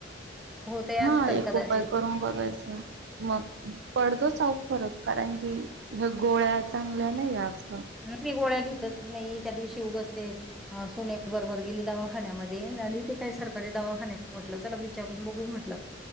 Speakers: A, in the centre; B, on the right.
A: होतही असेल
B: हा एक
A: कदाचित
B: उपाय करून बघायच. मग पडतो चऊ फरक कारण की ह गोळ्या चांगल्या नाही आज..
A: मी गोळ्या घेत. त्या दिवशी उगाच असते सोन्या बरोबर गेली दवाखान्यामध्ये झाली होती सरकारी.. त्या विचारून ब म्हट